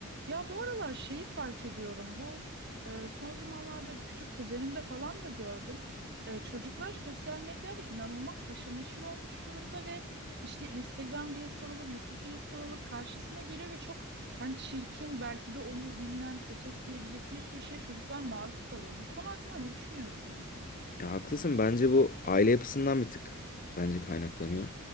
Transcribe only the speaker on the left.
Ya haklısın. Bence bu aile yapısından bir tık bence kaynaklanıyor.